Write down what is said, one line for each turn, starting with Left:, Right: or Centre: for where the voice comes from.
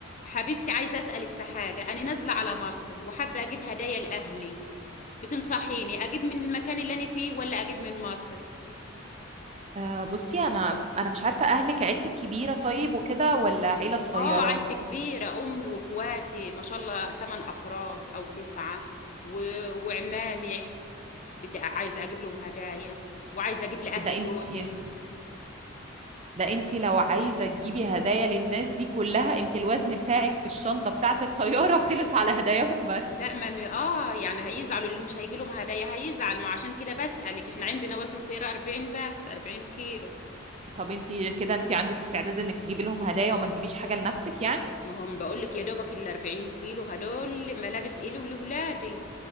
Left: حبيبتي عايزة أسألك في حاجة أنا نازلة على مصر وحابة أجيب هدايا لأهلي بتنصحيني أجيب من المكان اللي أنا فيه ولا أجيب من مصر؟
Right: آه، بصي انا انا مش عارفه اهلك عيلتك كبيره طيب وكده ولا عيله صغيره
Left: آه عيلتي كبيرة أمي وإخواتي ما شاء الله تمن أفراد أو تسعة و... وعمامي بدي عايزة أجيب لهم هدايا وعايزة أجيب لأهلي
Right: ده
Left: جوزي
Right: انتي ده انتي لو عايزه تجيبي هدايا للناس دي كلها انتي الوزن بتاعك في الشنطه بتاعه الطياره <laughs> خلص على هداياهم بس
Left: لا ما أنا آه يعني هيزعلوا اللي مش هيجي لهم هدايا هيزعل ما عشان كده بسألك إحنا عندنا وزن الطيارة 40 بس 40 كيلو
Right: طب انتي كده انتي عندك استعداد انك تجيبي لهم هدايا وما تجيبيش حاجه لنفسك يعني
Left: ما هم بقول لك يا دوبك ال 40 كيلو هدول ملابس إلي ولولادي